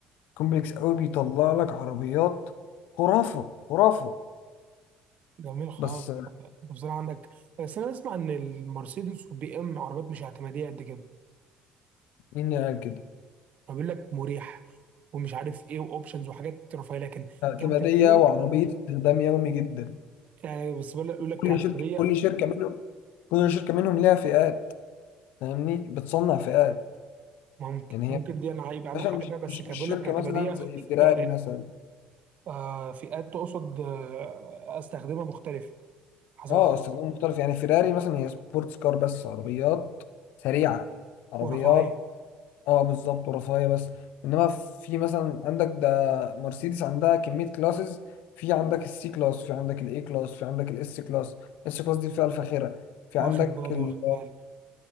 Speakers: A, on the left; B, on the right.
A: كومبلكس قوي بيطلع لك عربيات خرافه خرافه
B: جميل خالص
A: بس
B: بصراحه عندك بس انا اسمع ان المرسيدس والبي ام عربيات مش اعتماديه قد كده
A: مين اللي قال كده
B: وبيقول لك مريح ومش عارف ايه واوبشنز وحاجات رفاهيه لكن
A: اعتماديه
B: كاعتماديه
A: وعربيه استخدام يومي جدا
B: يعني بس بقول لك يقول لك
A: كل
B: كاعتماديه
A: شركه كل شركه منهم كل شركه منهم ليها فئات فاهمني بتصنع فئات
B: ممكن
A: يعني
B: ممكن
A: هي
B: دي انا هيبقى عندك
A: مثلا
B: حق
A: مش
B: فيها بس
A: مش
B: كان
A: مش
B: بيقول
A: شركه
B: لك كاعتماديه
A: مثلا
B: ال-
A: زي فيراري
B: ال-
A: مثلا
B: آه فئات تقصد آه استخدمها مختلف حسب
A: اه استخدام مختلف يعني فيراري مثلا هي سبورتس كار بس عربيات سريعه عربيات
B: ورفاهيه
A: اه بالظبط ورفاهيه بس انما في مثلا عندك ده مرسيدس عندها كميه كلاسز في عندك السي كلاس في عندك الاي كلاس في عندك الاس كلاس الاس كلاس دي الفئه الفاخره في
B: واخد
A: عندك
B: بالي
A: ال-
B: واخد بالي